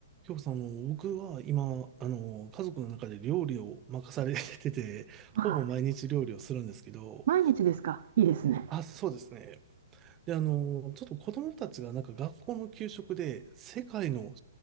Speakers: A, on the right; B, on the right.
A: 今日さん、あの、僕は今、あの、家族の中で料理を任されてて、
B: あ、
A: ほぼ毎日料理をするんですけど、
B: 毎日ですか。いいですね。
A: あ、そうですね。で、あの、ちょっと子供たちがなんか学校の給食で世界の